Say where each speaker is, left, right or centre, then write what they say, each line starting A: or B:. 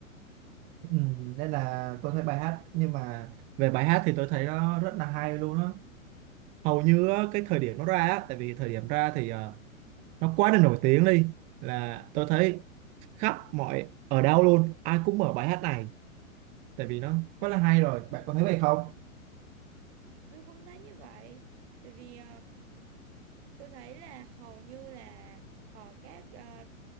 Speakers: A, on the right (about 20°); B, on the right (about 50°).
A: Ừ, nên là tôi thấy bài hát nhưng mà về bài hát thì tôi thấy nó rất là hay luôn á. hầu như á, cái thời điểm nó ra á, tại vì thời điểm ra thì ờ, nó quá là nổi tiếng đi là tôi thấy khắp mọi ở đâu luôn ai cũng mở bài hát này tại vì nó quá là hay rồi bạn có thấy vậy không
B: Tôi cũng thấy như vậy Tại vì ờ, Tôi thấy là hầu như là ở các ờ,